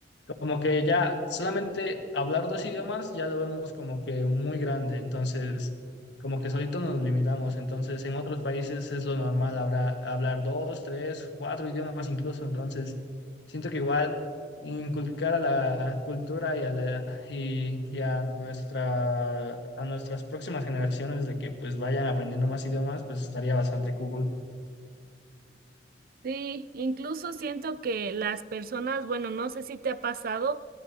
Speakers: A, on the left; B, on the right.
A: como que ya solamente hablar dos idiomas ya lo vemos como que muy grande, entonces como que solito nos limitamos, entonces en otros países es lo normal habrá- hablar dos, tres, cuatro idiomas incluso, entonces siento que igual inculcar a la cultura y a la y, y a nuestra a nuestras próximas generaciones de que pues vayan aprendiendo más idiomas, pues estaría bastante cool.
B: Sí, incluso siento que las personas, bueno, no sé si te ha pasado